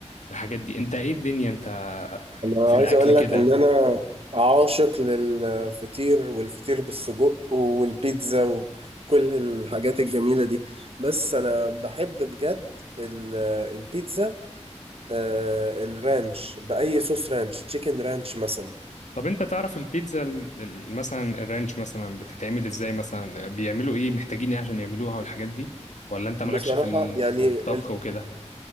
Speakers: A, on the left; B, on the right.
A: الحاجات دي انت ايه الدنيا انت
B: انا
A: في الاكل
B: عايز اقول
A: كده
B: لك ان انا عاشق للفطير والفطير بالسجق والبيتزا وكل الحاجات الجميلة دي بس انا بحب بجد ال- البيتزا آه، الرانش بأي صوص رانش تشيكن رانش مثلا
A: طب انت تعرف البيتزا ال- ال- مثلا الرانش مثلا بتتعمل ازاي مثلا بيعملوا ايه محتاجين ايه عشان يعملوها والحاجات دي ولا انت مالكش
B: بصراحة
A: في
B: يعني
A: الطبخ وكده